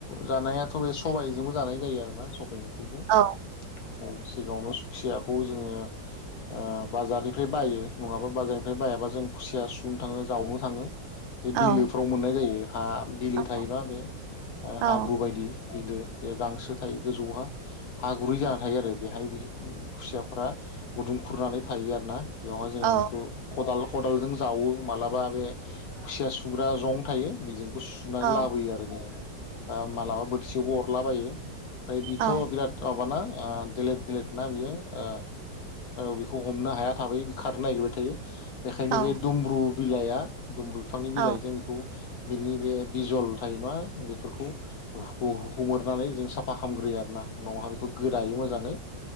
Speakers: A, on the left; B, on the right.
A: जानायाथ' बे सबायजोंबो जानाय जायो आरोना सबाय। थैजों
B: औ
A: औ सिगाङावनो सु खुसियाखौ जोङो। ओ बाजारनिफ्राय बायो नङाबा बाजारनिफ्राय बायाबा जों खुसिया सुनो थाङो जावनो थाङो। बे बिलोफ्राव
B: औ
A: मोननाय जायो हा बिलो
B: औ
A: थायो ना बे हाब्रु
B: औ
A: बायदि। बिलो बे गांसो थायो गोजौहा हागुरै जाना थायो आरो बेहाय खुसियाफ्रा। गुदुं खुरनानै थायो आरो ना बेवहाय जोङो
B: औ
A: बेखौ। खदाल-खदालजों जावो मालाबा बे खुसिया सुग्रा जं थायो बेजोंबो सु। नानै
B: औ
A: लाबोयो आरो जोङो दा मालाबा बोरसियावबो अरलाबायो। ओमफ्राय बिथ'
B: औ
A: बिराद माबाना ओ देलेद-देलेद ना बियो ओ बि। खौ हमनो हाया थाबै खारनो नागिरबाय थायो बेखायनो
B: औ
A: बे दमब्रु बिलाइआ। दमब्रु बिफांनि बिलाइजों
B: औ
A: बेखौ बिनि बे। बिजल थायो नङा बेफोरखौ हु हुखोमोरनानै जों साफा खालामग्रोयो आरोना। उनावहा बेखौ गोदायो मोजाङै